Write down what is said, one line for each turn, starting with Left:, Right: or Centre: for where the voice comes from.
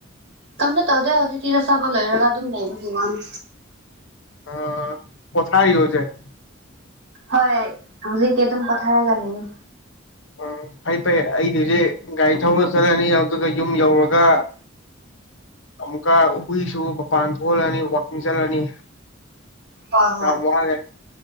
Right: ꯀꯝꯇ ꯇꯧꯗꯦ ꯍꯧꯖꯤꯛꯇꯤ ꯆꯥꯛ꯫ ꯆꯥꯕ ꯂꯣꯏꯔꯒ ꯑꯗꯨꯝ ꯂꯩꯕꯒꯤ ꯋꯥꯅꯦ꯫
Left: ꯑ ꯄꯣꯊꯥꯔꯤꯔꯣ ꯍꯧꯖꯤꯛ꯫
Right: ꯍꯣꯏ ꯍꯧꯖꯤꯛꯗꯤ ꯑꯗꯨꯝ ꯄꯊꯔꯒ ꯂꯩꯑꯦ꯫
Left: ꯎꯝ ꯐꯩ ꯐꯩ ꯑꯩꯗꯨꯗꯤ ꯒꯥꯔꯤ ꯊꯧꯔ ꯆꯠꯂꯅꯤ ꯑꯗꯨꯒ ꯌꯨꯝ ꯌꯧꯔꯒ ꯑꯃꯨꯛꯀ ꯍꯨꯏꯁꯨ ꯃꯄꯥꯟ ꯊꯣꯛꯍꯜꯂꯅꯤ ꯋꯥꯛꯀꯤꯡ ꯆꯠꯂꯅꯤ꯫
Right: ꯍꯣꯏ
Left: ꯌꯥꯝ ꯋꯥꯔꯦ